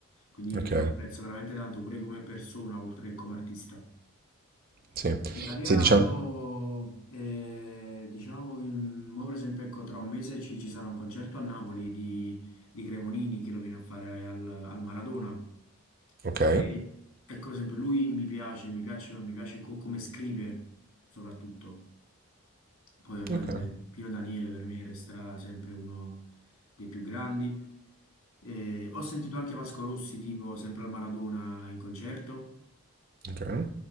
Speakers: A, on the left (about 70°); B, on the right (about 40°).
A: Quindi
B: ok,
A: lo apprezzo veramente tanto pure come persona, oltre che come artista.
B: sì.
A: Italiano,
B: Sì, diciamo.
A: eh, diciamo che mm, mo per esempio ecco, tra un mese ci, ci sarà un concerto a Napoli di, di Cremonini che lo viene a fare al, al Maradona.
B: Ok,
A: E ecco, per esempio, lui mi piace, mi piace, mi piace co- come scrive soprattutto. Poi ovviamente
B: ok,
A: Pino Daniele per me resterà sempre uno dei più grandi. Eh, ho sentito anche Vasco Rossi tipo sempre al Maradona in concerto
B: ok.